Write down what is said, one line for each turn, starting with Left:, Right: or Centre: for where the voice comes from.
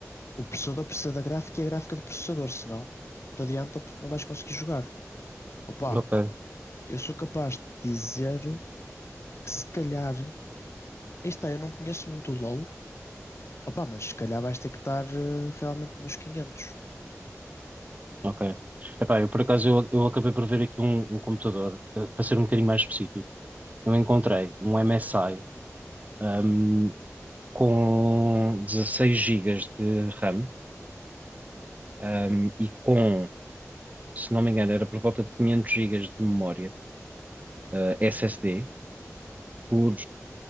Left: o processador precisa da gráfica e a gráfica do processador, senão não te adianta porque não vais conseguir jogar. Opa,
Right: ok,
Left: eu sou capaz de dizer que se calhar, aí está, eu não conheço muito o LoL, Opa, mas se calhar vais ter que estar eh, realmente nos 500.
Right: ok. Epá, eu por acaso, eu, eu acabei por ver aqui um, um computador, eh, para ser um bocadinho mais específico. Eu encontrei um MSI, ahm, com 16 gigas de RAM, ahm, e com, se não me engano, era por volta de 500 gigas de memória, eh, SSD, por,